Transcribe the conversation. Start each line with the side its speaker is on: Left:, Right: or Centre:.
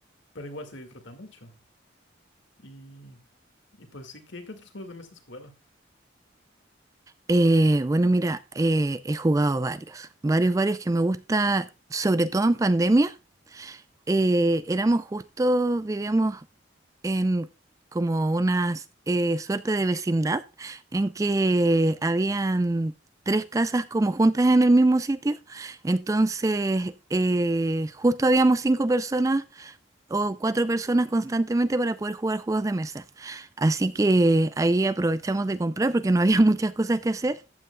Left: pero igual se disfruta mucho. Y, y pues sí, ¿qué, qué otros juegos de mesa has jugado?
Right: Eh, bueno, mira, eh, he jugado varios, varios, varios que me gusta, sobre todo en pandemia. eh, éramos justos, vivíamos en como una eh, suerte de vecindad en que habían tres casas como juntas en el mismo sitio. Entonces, eh, justo habíamos cinco personas o cuatro personas constantemente para poder jugar juegos de mesa. Así que ahí aprovechamos de comprar porque no había <laughs> muchas cosas que hacer.